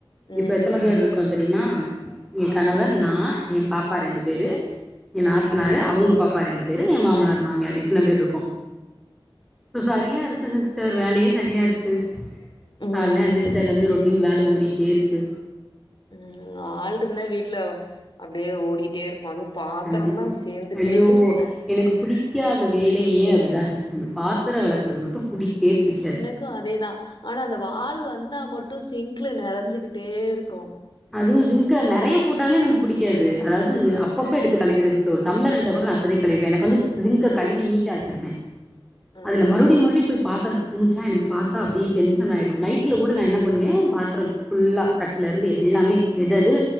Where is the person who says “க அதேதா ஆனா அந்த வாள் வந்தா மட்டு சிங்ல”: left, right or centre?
Left